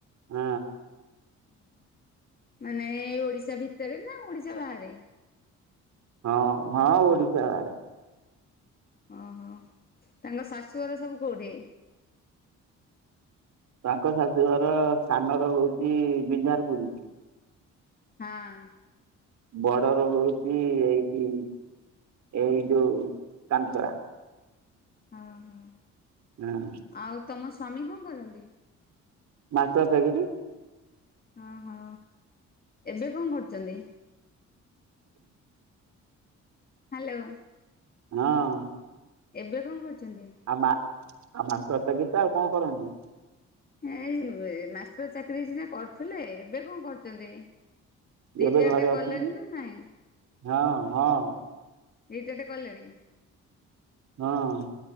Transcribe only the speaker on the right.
ହଁ।
ହଁ ହଁ ଓଡିଶାରେ।
ତାଙ୍କ ଶାଶୁଘର ସାନର ହଉଚି ବିଜାରପୁର।
ବଡର ହଉଚି ଏଇଠି ଏଇ ଯୋଉ କାନସରା।
ହୁଁ।
ମାଷ୍ଟର ଚାକିରୀ।
ହଁ।
ଆମା ଆମା ପ୍ରତ ଗୀତ ଆଉ କଣ କରନ୍ତି?
ଏବେ ଘରେ
ଅଛନ୍ତି
ହଁ ହଁ।
ହଁ।